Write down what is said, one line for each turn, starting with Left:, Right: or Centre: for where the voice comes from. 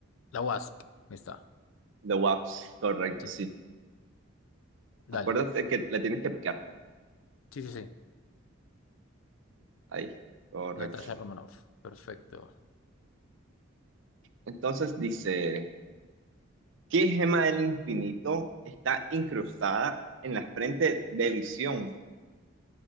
Left: la Wasp. Ahí está.
Right: de Waps. Correcto,
Left: Sí.
Right: sí.
Left: Dale.
Right: Acuérdate que le tienes que picar.
Left: Sí, sí, sí.
Right: Ahí, correcto.
Left: Natasha Romanoff. Perfecto.
Right: Entonces dice, ¿qué gema del infinito está incrustada en la frente de Visión?